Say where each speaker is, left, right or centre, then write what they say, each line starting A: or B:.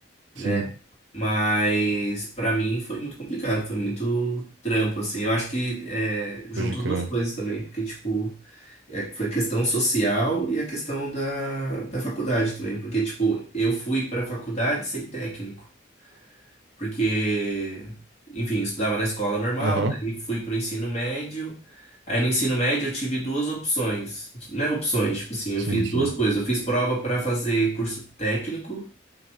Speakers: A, on the right; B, on the left.
A: sim,
B: né? Mas pra mim foi muito complicado, foi muito trampo, assim. Eu acho que é, juntou
A: pode crer.
B: duas coisas também, porque, tipo, é, foi a questão social e a questão da, da faculdade também. Porque, tipo, eu fui pra faculdade sem técnico. porque, enfim, estudava na escola normal,
A: Aham,
B: daí fui pro ensino médio. Aí no ensino médio eu tive duas opções, né? Opções, tipo assim, eu
A: sim,
B: fiz
A: sim.
B: duas coisas. Eu fiz prova para fazer curso técnico